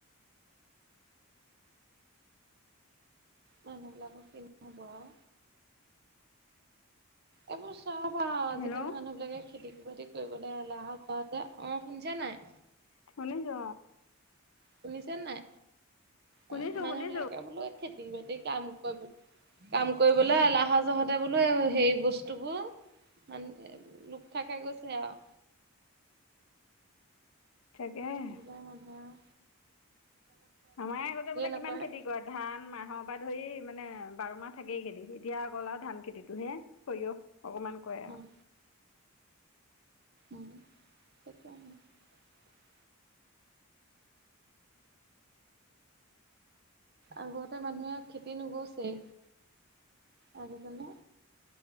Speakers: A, on the right; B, on the left.
A: মানুহ বিলাকক কিনি হ'ব আও এইবোছ চাপ অ আজিকালি
B: হেল্ল'
A: মানুহ বিলাকে খেতি বাতি কৰিবলৈ এলাহতহতে অ শুনিছা নাই
B: শুনি য-
A: শুনিছে নাই
B: শুনিছো
A: অ মানুহ
B: শুনিছো
A: বিলাকে বোলো খেতি বাতি কাম কৰিব কাম কৰিবলৈ এলাহ যহতে বোলো সেই বস্তুবো মান লুক খাই খাই গৈছে আৰু
B: তাকে
A: সেইবিলাক মানুহে আও
B: আমাৰ আগতে বোলে কিমান
A: নকৰে
B: খেতি কৰে, ধান, মাহৰ পৰা ধৰি মানে বাৰ মাহ থাকেই খেতি, এতিয়া অকল আও ধান খেতিটো হে সৰিয়হ অকমান কৰে আও।
A: উম উম সেইটোৱে <unintelligible> আগতে মানুহে খেতি নোগোছেই আজি কালি